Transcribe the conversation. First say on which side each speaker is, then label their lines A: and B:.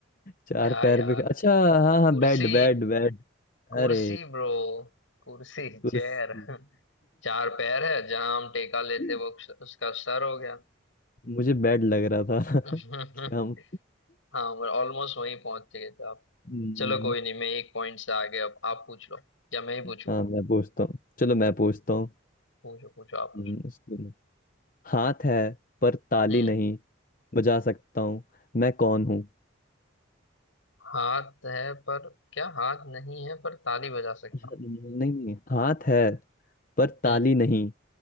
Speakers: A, on the left; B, on the left.
A: चार
B: क्या
A: पैर
B: यार
A: पे अच्छा हाँ हाँ
B: कुर्सी
A: बेड बेड बेड
B: कुर्सी
A: अरे
B: ब्रो कुर्सी
A: कुर्सी
B: चेयर <laughs> चार पैर है जहां हम टेका लेते
A: <laughs>
B: वो उसका सर हो गया
A: मुझे बैड लग रहा था
B: <laughs>
A: <laughs> कि हम
B: हाँ ऑलमोस्ट वहीं पहुंच गए थे आप
A: हम्म,
B: चलो कोई नहीं मैं एक पॉइंट से आगे अब आप पूछ लो या मैं ही पूछू
A: हाँ मैं पूछता हूँ चलो मैं पूछता हूँ
B: पूछो पूछो आप पूछो
A: हम्म, इसको- हाथ है पर ताली
B: हम्म
A: नहीं बजा सकता हूँ मैं कौन हूँ
B: हाथ है पर क्या हाथ नहीं है पर ताली बजा सकता
A: <laughs>
B: हूँ
A: नहीं नहीं हाथ है पर
B: हम्म
A: ताली नहीं